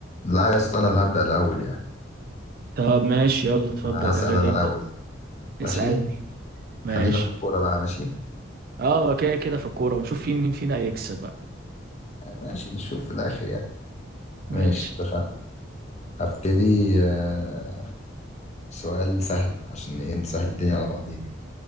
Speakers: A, on the left; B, on the right.
A: لا يا اسطى انا اللي هبدأ الاول يعني
B: طب ماشي يلا اتفضل
A: هسأل
B: يا غالي
A: انا الاول
B: ابدأ اسألني
A: ماشي
B: ماشي
A: خلينا في الكورة بقى ماشي
B: اه كده كده في الكورة ونشوف فين مين فينا هيكسب بقى
A: ماشي نشوف في الاخر يعني
B: ماشي
A: ماشي اتفقنا هبتدي آه، سؤال سهل عشان ايه نسهل الدنيا على بعضينا